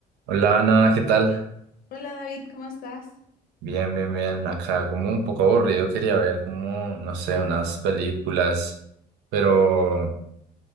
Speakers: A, on the right; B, on the left.
A: Hola Ana, ¿qué tal?
B: Hola David, ¿cómo estás?
A: Bien, bien, bien. Acá como un poco aburrido, quería ver como, no sé, unas películas, pero